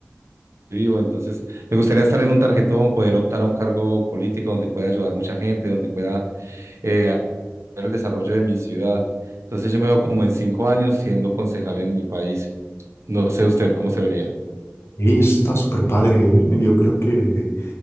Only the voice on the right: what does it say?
vivo, entonces me gustaría estar en un tarjetón, poder optar a un cargo político donde pueda ayudar mucha gente, donde pueda eh, hacer el desarrollo de mi ciudad. Entonces yo me veo como en cinco años siendo concejal en mi país. No sé usted cómo se vería.